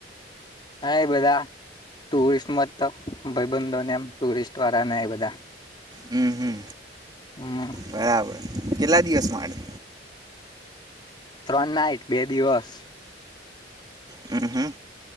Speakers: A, on the left; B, on the right.
A: હા એ બધા ટુરિસ્ટ મત તો. ભાઈબંધોને એમ ટુરિસ્ટ વાળા ને એ બધા
B: હમ હમ
A: હમ.
B: બરાબર કેટલા દિવસમાંડ?
A: ત્રણ નાઈટ બે દિવસ.
B: હમ્મ હમ્મ